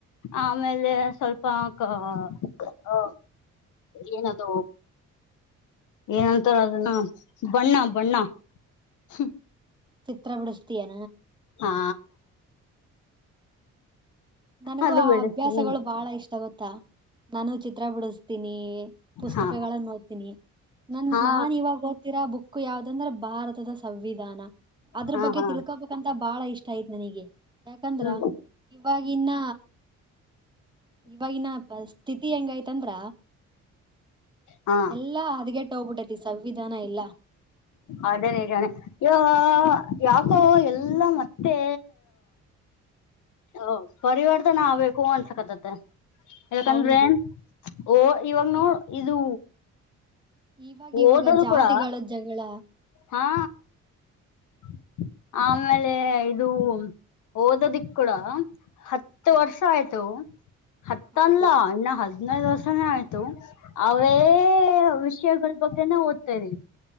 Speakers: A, on the left; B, on the right.
A: ಆಮೇಲೆ ಸ್ವಲ್ಪ ಕ ಕಾ ಏನದು ಏನಂತಾರ ಅದನ್ನ ಬಣ್ಣ ಬಣ್ಣ <inaudible> ಹ್ಮ
B: ಚಿತ್ರ ಬಿಡಿಸತೀಯಾ
A: ಹಾ
B: ನನಗೂ
A: ಅದು
B: ಆ
A: ಬಿಡಿಸ್ತೀನಿ
B: ಅಭ್ಯಾಸಗಳು ಬಹಳ ಇಷ್ಟ ಗೊತ್ತಾ ನಾನು ಚಿತ್ರ ಬಿಡಿಸ್ತೀನಿ. ಪುಸ್ತಕಗಳನ್ನು
A: ಹಾ
B: ಓದ್ತೀನಿ ನನ್
A: ಹಾ
B: ನಾನ್ ಇವಾಗ ಓದ್ತಿರಾ ಬುಕ್. ಯಾವುದಂದ್ರ ಭಾರತದ ಸಂವಿಧಾನ ಆದ್ರ
A: ಹಾ
B: ಬಗ್ಗೆ
A: ಹಾ
B: ತಿಳ್ಕೊಬೇಕು. <unintelligible> ಬಾಳ ಇಷ್ಟ ಆಯ್ತ್ ನನಗೆ ಯಾಕಂದ್ರ
A: ಹ್ಮ್
B: ಇವಾಗಿ ಇನ್ನ. ಇವಾಗಿನ ಪರಿಸ್ಥಿತಿ ಹೆಂಗ ಆಯ್ತಂದ್ರ.
A: ಹಾ
B: ಎಲ್ಲಾ ಅದಿಗೆಟ್ಟು ಹೋಗಿಬಿಟ್ಟೈತಿ ಸಂವಿಧಾನ ಎಲ್ಲಾ.
A: ಅದೇನೆ ಜಾಣಿ <inaudible> ಯವ್ವ. ಯಾಕೋ ಎಲ್ಲಾ ಮತ್ತೆ ಓ ಪರಿವರ್ತನ್ ಆಗ್ಬೇಕು ಅನ್ಸಕತ್ತತ್ತ. ಯಾಕಂದ್ರೆ
B: ಹೌದು
A: ಓ ಇವಾಗ ನೋಡ್ ಇದು.
B: ಇವಾಗ ಇವಾಗ
A: ಓದೋದು
B: ಜಾತಿಗಳ
A: ಕೂಡ
B: ಜಗಳ.
A: ಹಾ. <inaudible> ಆಮೇಲೆ ಇದು ಓದೋದಿಕ್ ಕೂಡ ಹತ್ತು. ಹತ್ತು
B: ಹಾ
A: ವರ್ಷ ಆಯ್ತು <inaudible> ಹತ್ತಲ್ಲ
B: ಹೌದು
A: ಇನ್ನು ಹದ್ನೈದು ವರ್ಷಾನೇ ಆಯ್ತು. ಅವೇ
B: ಹೌದು
A: ವಿಷಯಗಳ ಬಗ್ಗೆನೇ ಓದ್ತಾ ಇದೀನಿ.